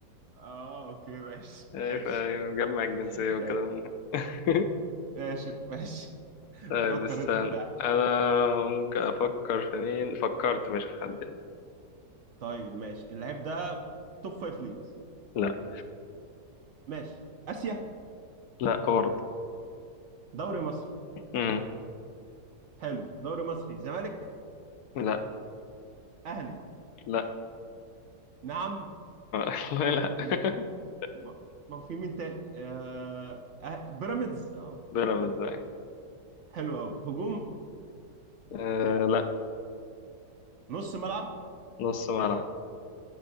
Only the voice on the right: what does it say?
اه اوكي ماشي
ماشي
ماشي
ماشي ماشي.
فكر
انت في لاعب
طيب ماشي اللعيب ده توب فايف ليجز
ماشي اسيا
دوري مصري
حلو دوري مصري زمالك
اهلي
نعم
يبقى
ما ما في مين تاني آه... أه... بيراميدز اه
اكيد بيراميدز
حلو قوي هجوم
نص ملعب